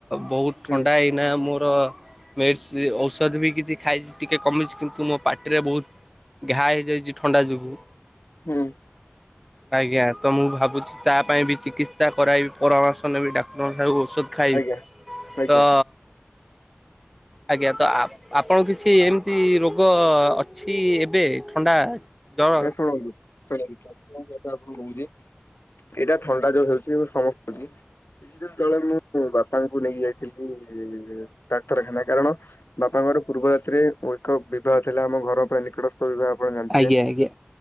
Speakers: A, in the centre; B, on the left.
A: ବହୁତ ଥଣ୍ଡା
B: ହୁଁ
A: ଏଇନା ମୋର ମେଡିସିନ ଔଷ ତଦ ବି କିଛି ଖାଇଛି ଟିକେ କମିଛି କିନ୍ତୁ ମୋ ପାଟିରେ ବହୁତ ଘା ହେଇଯାଇଛି ଥଣ୍ଡା ଯୋଗୁଁ।
B: ହୁଁ।
A: ଆଜ୍ଞା, ତ ମୁଁ ଭାବୁଛି ତା ପାଇଁ ବି ଚିକିତ୍ସା କରାଇବି ପରାମର୍ଶ ନେବି ଡାକ୍ତରଙ୍କ ଠାରୁ ସୁୁତ ଖାଇବି
B: ଆଜ୍ଞା ହୁଁ। ଆଜ୍ଞା ଆଜ୍ଞା
A: ତ ଆଜ୍ଞା ତ ଆପଣ କିଛି ଏମିତି ରୋଗ ଅଛି ଏବେ? ଥଣ୍ଡା ଜର
B: ଏ ଶୁଣନ୍ତୁ <inaudible> ଆପଣ କହୁଛି ଏଇଟା ଥଣ୍ଡା ଯୋଉ ହଉଛି ସମସ୍ତିକି କିଛି ଦିନ ତଳେ ମୁଁ ବା ବାପାଙ୍କୁ ନେଇକି ଯାଇଥିଲି ଡାକ୍ତରଖାନା କାରଣ ବାପାଙ୍କର ପୂର୍ବ ରାତିରେ ଏକ ବିବାହ ଥିଲା ଆମ ଘର ପାଇଁ ନିକଟସ୍ଥ ବିବାହ ଆପଣ ଜାଣିଥିବେ।
A: ଆଜ୍ଞା ଆଜ୍ଞା